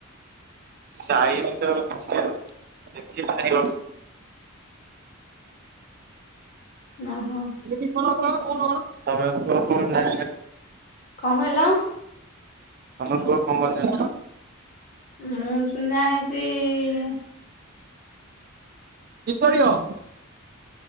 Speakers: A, on the right (about 45°); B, on the left (about 40°).
A: ଯାଇନି ତ କିଛି ଆଉ, ଦେଖିନିନା ଏ ବର୍ଷ।
B: ଓହୋ।
A: ନେବି କଣ କଣ, କହୁନ କଣ?
B: କଣ ହେଲା?
A: ତମେ କୁହ, କଣ କଣ ଜାଣିଛ?
B: ମୁଁ ଜାଣିଚି ଇ
A: <unintelligible>